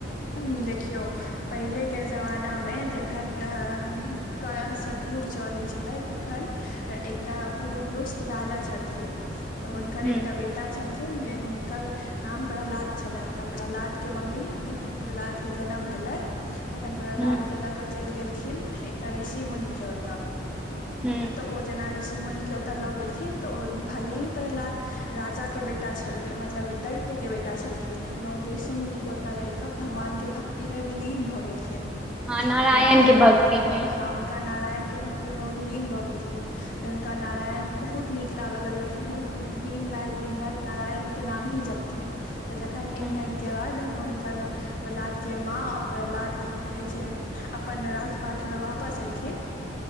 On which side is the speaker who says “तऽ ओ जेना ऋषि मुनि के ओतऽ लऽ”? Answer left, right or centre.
Left